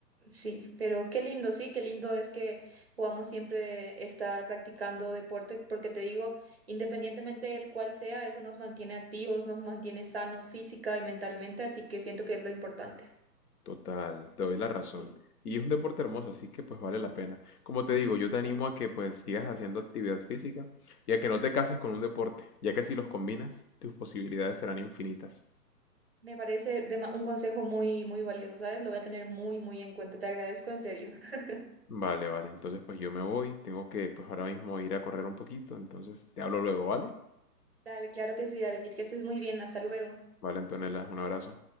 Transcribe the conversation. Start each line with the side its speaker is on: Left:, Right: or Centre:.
Right: sí, pero qué lindo, sí, qué lindo es que podamos siempre estar practicando deporte, porque te digo, independientemente del cual sea, eso nos mantiene activos, nos mantiene sanos física y mentalmente, así que siento que es lo importante.
Left: total, te doy la razón.
Right: Sí,
Left: Y es un deporte hermoso, así que pues vale la pena. Como te digo, yo
Right: exacto.
Left: te animo a que pues sigas haciendo actividad física y a que no te cases con un deporte, ya que si los combinas, tus posibilidades serán infinitas.
Right: Me parece dema- un consejo muy, muy valioso, ¿sabes? Lo voy a tener muy, muy en cuenta. Te agradezco en serio. <laughs>
Left: Vale, vale. Entonces, pues yo me voy. Tengo que, pues ahora mismo ir a correr un poquito. Entonces, te hablo luego, ¿vale?
Right: Dale, claro que sí, David, que estés muy bien. Hasta luego.
Left: Vale, Antonella, un abrazo.